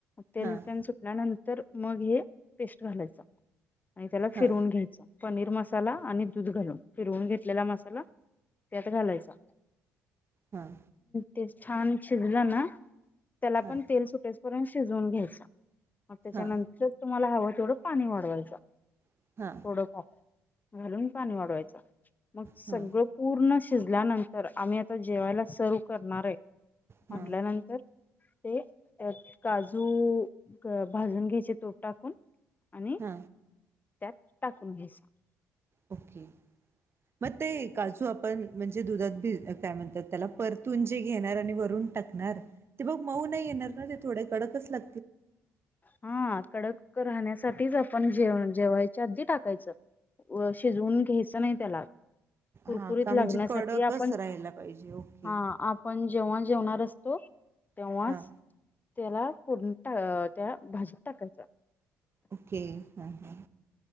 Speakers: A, on the left; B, on the right.
A: तेल
B: हां हां
A: त्यान सुटल्यानंतर मग हे पेस्ट घालायच आणि त्याला फिरवून
B: हां
A: घ्यायचा पनीर मसाला आणि दूध घालून फिरवून घेतलेला मसाला त्यात घालायचा
B: हां
A: ते छान शिजलं ना त्याला
B: हां हां
A: पण तेल सुटेसपर्यंत शिजवून घ्यायचं मग त्याच्यानंतरच
B: हां
A: तुम्हाला हवं तेवढं पाणी वाढवायचं
B: हां
A: थोडं का घालून पाणी वाढवायच मग सगळं
B: हां
A: पूर्ण शिजल्यानंतर आम्ही आता जेवायला सर्व करणार आहे
B: हां
A: म्हटल्यानंतर ते काजू भाजून घ्यायचे तोप टाकून आणि
B: हा
A: त्यात टाकून घेस
B: ओके मग ते काजू आपण म्हणजे दुधाती काय म्हणतात त्याला परतून जे घेणार आणि वरून टाकणार ते बग मऊ नाही येणार ना ते थोडं कडकच लाग
A: हा कडक राहण्यास साठीच आपण जेव जेवायच्या आधी टाकायचं शिजवून घ्यायचं नाही त्याला कुरकुरीत
B: हा का
A: लागण्यासाठी
B: म्हणजे कडकच
A: आपण
B: राहायला पाहिजे ओके
A: हा आपण जेव्हा जेवणार असतो तेवाज
B: हा
A: त्याला प त्या भाजीत टाकायचं
B: ओके हम हां